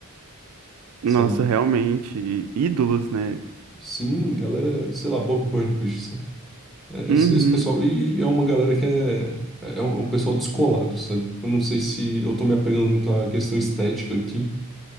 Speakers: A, on the right; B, in the centre.
A: Nossa,
B: sabe?
A: realmente, ídolos, né?
B: Sim, galera, sei lá, Bob Burnquist, saca? É,
A: Uhum.
B: Esse, esse pessoal, e e é uma galera que é, é um, é um pessoal descolado, sabe? Eu não sei se eu tô me apegando muito à questão estética aqui,